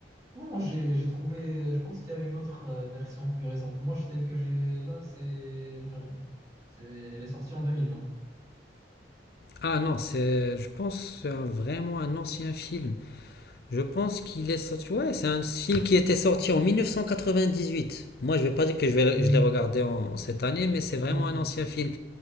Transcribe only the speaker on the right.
Non, j'ai j'ai trouvé. Je pense qu'il y a une autre euh, version plus récente. Moi, celle que j'ai là, c'est une. C'est, elle est sortie en 2020.
Hmm,
hmm,
hmm,